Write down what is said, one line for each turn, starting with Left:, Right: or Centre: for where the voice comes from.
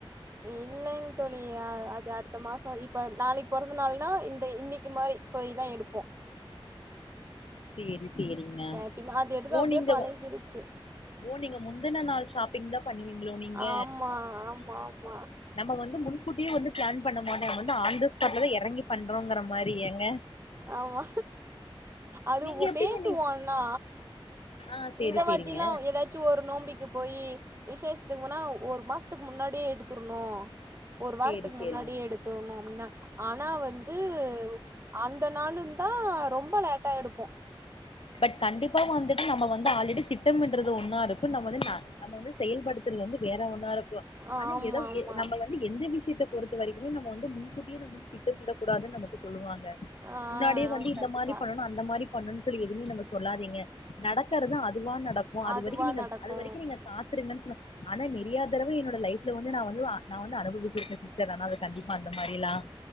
Right: இல்லைங்க தோழி அது அடுத்த மாசம் இப்ப நாளைக்கு பிறந்த நாள்னா இந்த இன்னைக்கு மாதிரி போயிதா எடுப்போ
Left: செரி சரிங்க
Right: எப்பயுமே அது எடுத்து
Left: ஓ
Right: அப்டியே
Left: நீங்க
Right: பழகிருச்சு
Left: ஓ நீங்க முந்தின நாள் ஷாப்பிங் தா பண்ணுவீங்களோ நீங்க
Right: ஆமா ஆமா ஆமா
Left: நம்ம வந்து முன்கூட்டியேி வந்து பிளான் பண்ண மாட்ட வந்து ஆன் தா ஸ்பாட்ல தா இறங்கி பண்றோங்கிற மாரிங்க
Right: ஆமா அது
Left: நீங்க எப்டிங்க
Right: பேசுவொந்நா
Left: நீ ஆ சேரி
Right: இந்த
Left: சேரிங்க
Right: வாட்டி லாம் ஏதாச்சும் ஒரு நோம்பிக்கு போயி விசேஷத்துக்குன்னா ஒரு மாசத்துக்கு முன்னாடியே எடுத்துிரணும் ஒரு வாரத்துக்கு
Left: சேரி சேரிங்க
Right: முன்னாடியே எடுத்துடணும் <unintelligible> ஆனா வந்து அந்த நாலுந்தா ரொம்ப லேட்டா எடுப்போம்
Left: பட் கண்டிப்பா வந்துட்டு நம்ம வந்து ஆல்ரெடி திட்டமிட்ரது ஒன்னா இருக்கும் நம்ம வந்து நம்ம வந்து செயல்படுத்துறது வந்து வேற ஒன்னா இருக்கும்
Right: ஆமா
Left: ஆனா ஏதோ
Right: ஆமா
Left: நம்ம வந்து எந்த வி சீத்தை பொறுத்த வரைக்கும் நம்ம வந்து முன்கூட்டிய வந்து திட்டமிடகூடாது நமக்கு சொல்லுவாங்க
Right: ஆ
Left: முன்னாடியே
Right: ஆமா
Left: வந்து இந்த
Right: கண்டிப்பா
Left: மாரி பண்ணனும் அந்த மாரி னு சொல்லி எதுவுமே நம்ம சொல்லாதீங்க நடக்கறதா அதுவா நடக்கும் அது
Right: அதுவா
Left: வரைக்கும் நீங்க
Right: நடக்கு
Left: அது வரைக்கும் நீங்க காத்துருங்கன் ஆனா நெறியாதடவை என்னோட லைப்ல வந்து நான் வந்து நான் வந்து அனுபவிச்சிருக்கேன் சிஸ்டர் ஆனா அது கண்டிப்ப அந்த மாரி எல்லாம்